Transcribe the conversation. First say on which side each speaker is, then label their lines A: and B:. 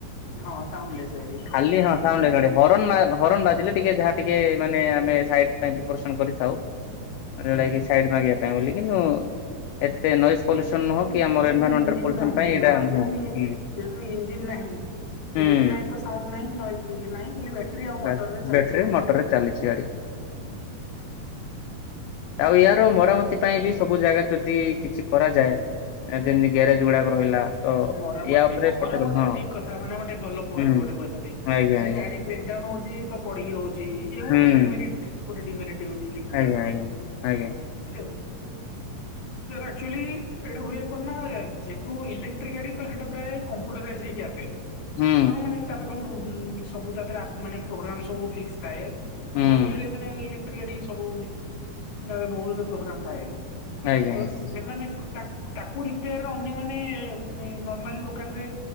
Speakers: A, on the left; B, on the left.
A: ହଁ ହଁ ସାଉଣ୍ଡଲେସ୍ ଗାଡି
B: ଖାଲି
A: ଏଇଟା
B: ହଁ
A: ବି ଗୋଟେ
B: ସାଉଣ୍ଡ
A: ଭଲ
B: <inaudible> ହରଣ ମା ହରନ୍ ବାଜିଲେ ଟିକେ ଯାହା ଟିକେ ମାନେ ଆମେ ସାଇଟ ପାଇଁ ପ୍ରିପୋରେସନ କରିଥାଉ। ଯଉଟା
A: ହୁଁ
B: କି
A: ହୁଁ
B: ସାଇଡ ମାଗିବା ପାଇଁ ବୋଲିକି, ଏତେ ନଏଜ ପଲ୍ୟୁସନ ନୁହଁ
A: ହୁଁ
B: କି ଆମର
A: ଯେ
B: ଏନଭାରମେଣ୍ଟାଲ
A: ତୁ ଇଂଜିନ
B: ପଲ୍ୟୁସନ
A: ନାହିଁ
B: ପାଇଁ ଏଇଟା
A: ହଁ
B: ନୁହଁ।
A: ଯେ ତୁ ଯେ
B: ହୁଁ
A: ତୁ ଇଜିଂନ ନାହିଁ।
B: ହୁଁ
A: ଇଂଜିନ ନାହିଁ ତ ସାଉଣ୍ଡ ନାହିଁ ନଏଜ ଇଏ ନାହିଁ। ଖାଲି ବ୍ୟାଟେରୀ ଆଉ ମଟରରେ
B: ବେ
A: ଚାଲିଛି
B: ବେଟରୀ
A: ଗାଡି।
B: ମଟରରେ ଚାଲିଛି ଗାଡ଼ି। ଆଉ ୟାର ମରାମତି ପାଇଁ ବି ସବୁ ଜାଗାରେ ଯଦି କିଛି କରାଯାଏ। ଯେମିତି ଗ୍ୟାରେଜ ଗୁଡ଼ାକ ରହିଲା। ତ
A: ମରାମତି
B: ୟା ଉପରେ
A: ହଁ ମରାମତି
B: ପର୍ଟିକୁଲାର ହଁ
A: ଠିକ କଥା ମାନେ ଗୋଟେ ଭଲ ପଏଣ୍ଟ
B: ହୁଁ
A: ଗୋଟେ କହିଛନ୍ତି।
B: ଆଜ୍ଞା
A: ଯଦି
B: ଆଜ୍ଞା
A: ଗାଡି ବ୍ରେକ ଡାଉନ ହଉ ତ ପଡିିକି ରହୁଛି। ଇଏ
B: ହୁଁ
A: ଗୋଟେ ଡିମେରିଟ ଗୋଟେ ଡିମେରିଟ ହଉଛି ଇଲେଟ୍ରିଗାଡ଼ିର।
B: ଆଜ୍ଞା ଆଜ୍ଞା ଆଜ୍ଞା
A: ଏ ଧର ଆକଚୁଆଲି ଏଇଟା ହୁଏ କଣ ନା ଯେହେତୁ ଇଲେଟ୍ରି ଗାଡ଼ିତ ସେଟା ପ୍ରାୟ କମ୍ପୁଟର ୱାଇଜି ହେଇକି ଆସେ।
B: ହୁଁ
A: ଆପଣ ମାନେ ତାର ସବୁ ତା ଦିହରେ ମାନେ ପ୍ରୋଗ୍ରାମ ସବୁ ଫିକ୍ସ ଥାଏ।
B: ହୁଁ
A: ବହୁତ ଗୁଡ଼େ ମାନେ ଇଲେଟ୍ରି ଟ୍ରି ଗାଡ଼ି ସବୁ <unintelligible> ପ୍ରୋଗ୍ରାମ ଥାଏ।
B: ଆଜ୍ଞା
A: ତ
B: ଆଜ୍ଞା
A: ସେମାନେ ତାଙ୍କ ତାକୁ ରିପେୟାର ଅନ୍ୟମାନେ ମାନେ ନର୍ମାଲ ଦୋକାନ ରେ